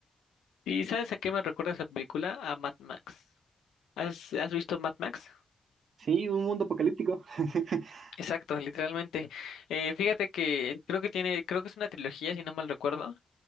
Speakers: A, on the left; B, on the right.
A: ¿Y sabes a qué me recuerda esa película? A Mad Max. ¿Has, has visto Mad Max?
B: Sí, un mundo apocalíptico. <laughs>
A: Exacto, literalmente. Eh, fíjate que creo que tiene, creo que es una trilogía, si no mal recuerdo.